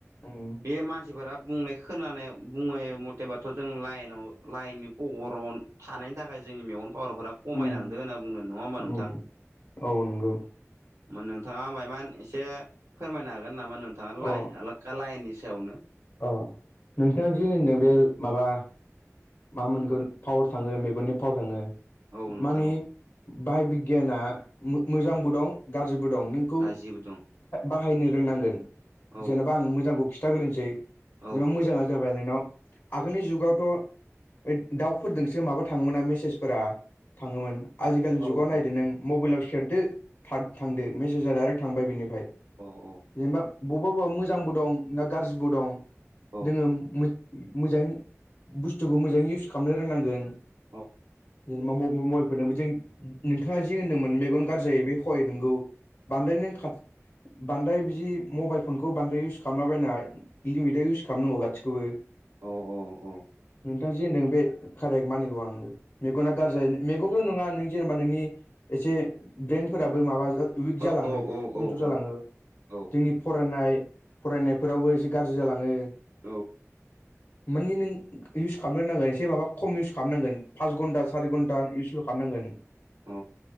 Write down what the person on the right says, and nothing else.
बे मानसिफोरा बुंनाय खोनानाय बुङनाय मथेबाथ' जों लाइनाव लाइननि पहर' थानायनि थाखाय जोंनि मेगन पावनफोरा खमायलांदो
होनना बुंगोन नङा होमबा नोंथां?
नोंथाङा मायमान एसे फोरमायनो हागोन नामा नोंथाङा ला
लाइननि सायावनो?
औ नोंथां
औ
गासिबो दं
औ
औ
औ
औ
औ
औ
औ
औ औ औ।
औ
औ
औ औ
औ
औ।